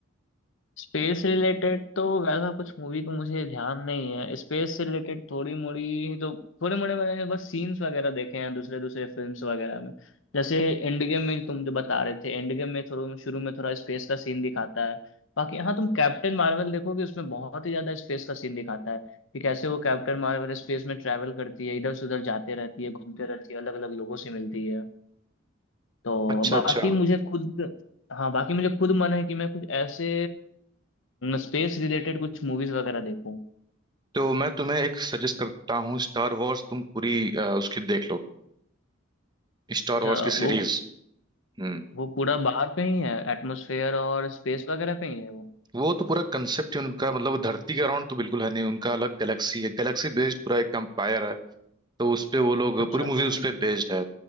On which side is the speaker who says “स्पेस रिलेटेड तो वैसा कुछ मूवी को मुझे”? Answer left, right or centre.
Left